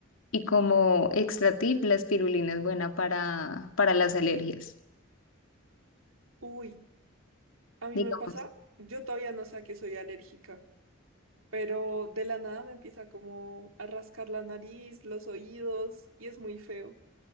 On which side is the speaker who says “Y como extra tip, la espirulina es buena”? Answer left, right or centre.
Left